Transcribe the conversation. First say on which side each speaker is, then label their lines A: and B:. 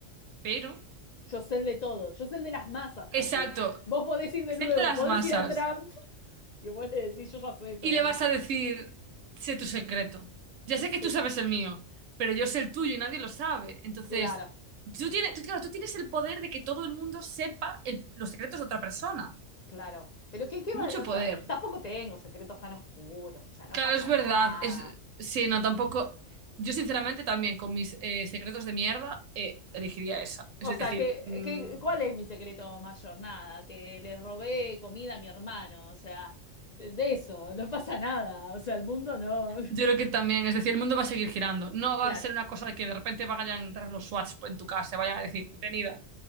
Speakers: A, on the right; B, on the left.
A: pero,
B: Yo sé el de todos, yo sé el de las masas
A: exacto,
B: también. Vos podés ir de
A: sé
B: nuevo,
A: de las
B: podés
A: masas
B: ir a Trump <laughs> y vos le decís, yo ya sé todo
A: y le vas
B: esto.
A: a decir, sé tu secreto. Ya
B: <laughs>
A: sé
B: Sí.
A: que tú sabes el mío, pero yo sé el tuyo y nadie lo sabe. Entonces,
B: Claro,
A: tú tienes, tú, claro, tú tienes el poder de que todo el mundo sepa el- los secretos de otra persona.
B: claro. Pero qué, qué
A: Mucho
B: vale, o
A: poder.
B: sea, tampoco tengo secretos tan oscuros, o sea, no
A: Claro,
B: pasa
A: es verdad.
B: nada.
A: Es, sí, no, tampoco. Yo, sinceramente, también con mis eh, secretos de mierda, eh, elegiría esa. Es
B: O
A: decir,
B: sea, ¿qué,
A: mm,
B: qué, cuál es mi secreto mayor? Nada, que le robé comida a mi hermano, o sea, de eso, no pasa nada, o sea, el mundo no.
A: Yo creo que también, es decir, el mundo va a seguir girando. No
B: <laughs> Claro,
A: va a ser una cosa de que de repente vayan a entrar los SWATs en tu casa, vayan a decir, detenida,